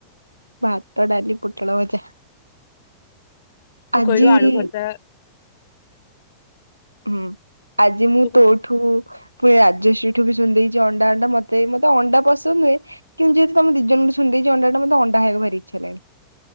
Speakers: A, on the right (about 80°); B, on the left (about 55°).
A: ଭାତ ଡାଲି ପୋଟଳ ଭଜା।
B: ତୁ
A: ଆଜି
B: କହିଲୁ ଆଳୁ ଭରତା।
A: ହୁଁ ଆଜି ମୁଁ
B: ତୁ କଣ
A: ତୋଠ ଠୁ ପୁଣି ରାଜଶ୍ରୀ ଠୁ ବି ସୁଣିଦେଇଛି ଅଣ୍ଡା ଅଣ୍ଡା ମତେ ମତେ ଅଣ୍ଡା ପସନ୍ଦ ନୁହେଁ କିନ୍ତୁ ଯେହେତୁ ତମ ଦି ଜଣଙ୍କଠୁ ଶୁଣିଦେଇଛି ଅଣ୍ଡାଟା ମୋତେ ଅଣ୍ଡା ଖାଇବାକୁ ଭାରି ଇଛା ହେଲାଣି